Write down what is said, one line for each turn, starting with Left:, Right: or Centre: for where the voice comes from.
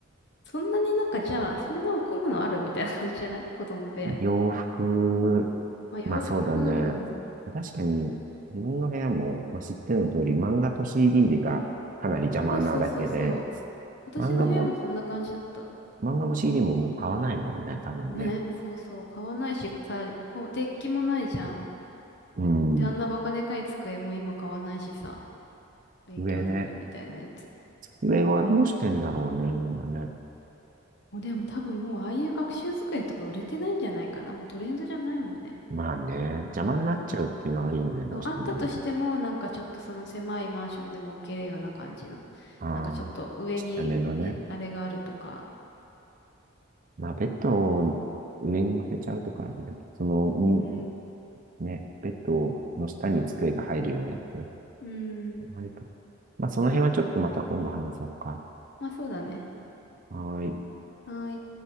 Left: そんなになんかじゃあ、そんなおむのあるみたいな感じじゃない <laughs> 子供部屋。
Right: 洋服、
Left: まあ洋服、
Right: まあそうだね。
Left: うん。
Right: 確かに、自分の部屋も、まあ、知っての通り、漫画と CD がかなり邪魔なだけで、
Left: そうそうそうそう。私の部屋もそんな感じだった。
Right: 漫画も、漫画も CD ももう買わないもんね、多分ね。
Left: ね、そうそう。買わないし、さ、こう、デッキもないじゃん。
Right: うん。
Left: で、あんなバカでかい机も今買わないしさ、勉強机みたいなやつ。
Right: 上ね。上はどうしてんだろうね、みんなね。
Left: もうでも多分もうああいう学習机とか売れてないんじゃないかな。もうトレンドじゃないもんね。
Right: まあね、邪魔になっちゃうっていうのはあるよね、
Left: うん。
Right: どうしてもね。
Left: そう、あったとしても、なんかちょっとその狭いマンションでも置けるような感じの、
Right: ああ、
Left: なんかちょっと上にね、
Right: ちっちゃめのね。
Left: あれがあるとか、
Right: まあ、ベッドを上に乗せちゃうとかあれだけど、その、に、
Left: うん。
Right: ね、ベッドの下に机が入るようなやつ。
Left: うん。
Right: まあ、やっぱまあその辺はちょっとまた今度話そうか。
Left: まあそうだね。
Right: はーい。
Left: はーい。